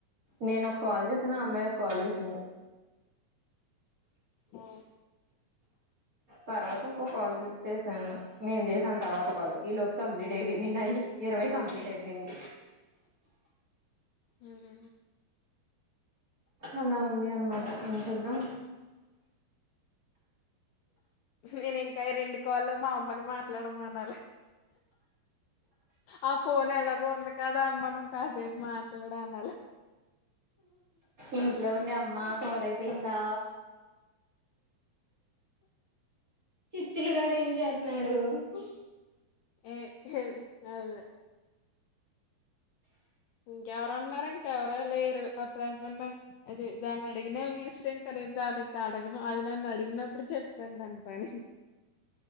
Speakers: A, on the right; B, on the left.
A: నేను ఒక కాల్ చేసాను ఆ అమ్మాయి ఒక కాల్ చేసింది
B: ఓ
A: తర్వాత ఇంకో కాల్ చేశాను నేను చేసాను తర్వాత కాల్ ఈ లోపు కంప్లీట్ అయిపోయినాయి ఇరవై కంప్లీట్ అయిపోయింది
B: ఉ హు
A: అలా ఉంది అనమాట ఏం చేద్దాం
B: నేను ఇంకా ఈ రెండు కాళ్లు మా అమ్మని మాట్లాడం మానాలి ఆ ఫోన్ ఎలాగో ఉంది కదా అమ్మా నువ్వు కాసేపు మాట్లాడాన అలా
A: ఇంట్లో ఉండి అమ్మా కూరైపోయిందా చిచ్చులుగాడు ఏం చేస్తున్నాడు ఉ
B: ఏం చేతేలే ఇంకెవరున్నారు ఇంకెవరో లేరు ఆ ప్రజెట్ అదే దాన్ని అడిగిన మీ ఇష్టం ఏం కనీదు దానికినికి అడగను అది నన్ను అడిగినప్పుడు చెప్పింది అయిపోయిందా పని